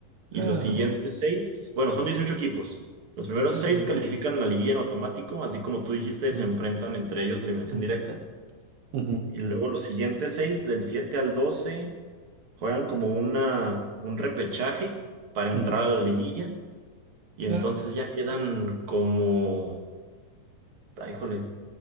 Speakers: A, on the right (about 40°); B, on the right (about 80°).
A: y
B: Ah,
A: los siguientes seis, bueno, son 18 equipos. Los primeros
B: ah,
A: seis
B: ya.
A: califican a la liguilla en automático, así como tú dijiste, se
B: Mm,
A: enfrentan entre ellos eliminación
B: mm,
A: directa.
B: ujú,
A: Y luego los siguientes seis, del 7 al 12, juegan como una, un repechaje para entrar
B: mm.
A: a la liguilla. Y entonces
B: Ah,
A: ya quedan como, ay, híjole,